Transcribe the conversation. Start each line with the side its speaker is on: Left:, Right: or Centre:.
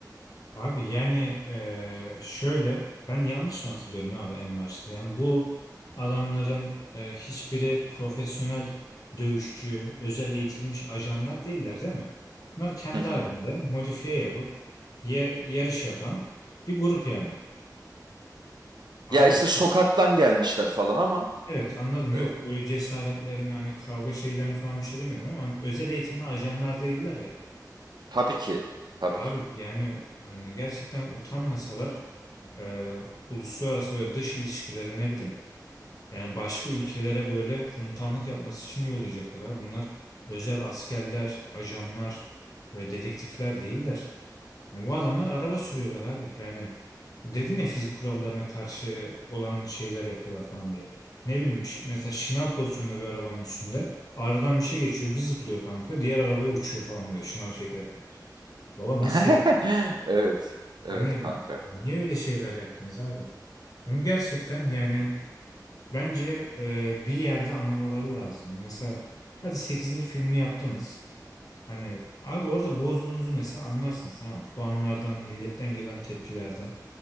Left: Abi yani eee, şöyle ben yanlış mı hatırlıyorum abi en başta? Yani bu adamların eee, hiçbiri profesyonel dövüşçü, özel eğitilmiş ajanlar değiller değil mi? Bunlar kendi
Right: Hı hı.
Left: halinde modifiye yapıp ye- yarış yapan bir grup yani. Abi
Right: Ya işte sokaktan gelmişler falan ama
Left: Evet anladım. Yok
Right: e,
Left: böyle cesaretlerini hani kavga şeylerini falan bir şey demiyorum ama hani özel eğitimli ajanlar değiller ya.
Right: tabii ki tabii
Left: Abi
Right: ki.
Left: yani hani gerçekten utanmasalar e, uluslararası böyle dış ilişkilere ne bileyim yani başka ülkelere böyle komutanlık yapması için yollayacaklar ha. Bunlar özel askerler, ajanlar ve dedektifler değiller. Bu adamlar araba sürüyorlar abi. Yani dedin ya fizik kurallarına karşı olan şeyler yapıyorlar falan diye. Ne bileyim ş- mesela şınav pozisyonunda bir arabanın üstünde aradan bir şey geçiyor bir zıplıyor kanka diğer arabaya uçuyor falan böyle şınav çekerken. Baba nasıl
Right: <laughs>
Left: ya?
Right: Evet evet
Left: Hani
Right: kanka
Left: niye öyle şeyler yaptınız abi? Bunu gerçekten yani bence e, bir yerde anlamaları lazım. Mesela hadi sekizinci filmi yaptınız. Hani abi orada bozduğunuzu mesela anlarsınız tamam mı? Puanlardan, milletten gelen tepkilerden.